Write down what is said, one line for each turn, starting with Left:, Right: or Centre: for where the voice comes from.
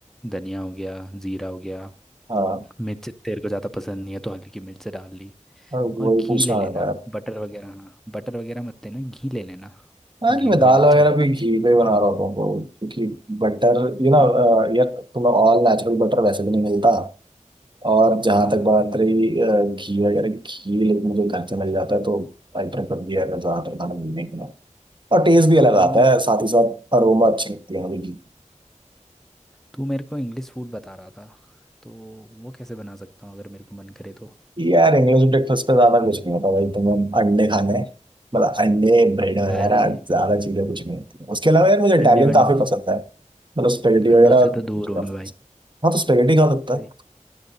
Centre: धनिया हो गया जीरा हो गया
Right: हाँ
Centre: मिर्च तेरे को ज़्यादा पसंद नहीं है तो हल्की मिर्च डाल ली
Right: हाँ, वही
Centre: और घी
Right: पूछना
Centre: ले लेना
Right: रहता है यार।
Centre: बटर वगैरह हाँ बटर वगैरह मत लेना घी ले लेना
Right: हाँ
Centre: घी
Right: नहीं मैं दाल
Centre: थोड़ा अच्छा
Right: वगैरह
Centre: जाता
Right: भी
Centre: है इसमें।
Right: घी पे बना रहा होता हूँ तो क्योंकि बटर यू ना
Centre: हम्म,
Right: यार तुम्हें ऑल नेचुरल बटर वैसे भी नहीं मिलता और जहाँ
Centre: हाँ
Right: तक बात रही अ, घी वगैरह घी लेकिन मुझे घर से मिल जाता है तो आई प्रेफर घी अगर ज़्यादातर खाना मिलने के लिए और टेस्ट भी अलग
Centre: तू
Right: आता
Centre: मेरे
Right: है साथ ही साथ अरोमा अच्छी लगती है मुझे
Centre: तू मेरे को इंग्लिश फूड बता रहा था तो वो कैसे बना सकता हूँ अगर मेरे को मन करे तो
Right: यार इंग्लिश ब्रेकफास्ट पे ज्यादा कुछ नहीं होता भाई तुम्हें अंडे खाने हैं मतलब अंडे ब्रेड वगैरह
Centre: अरे
Right: ज्यादा चीजें कुछ नहीं होती उसके अलावा यार मुझे इटालियन
Centre: अंडे वन
Right: काफी पसंद है मतलब स्पेगेटी वगैरह
Centre: अंडों से
Right: मुझे
Centre: तो दूर हूँ
Right: काफी
Centre: मैं भाई
Right: पसंद है हाँ तो स्पेगेटी खा सकता
Centre: वही
Right: है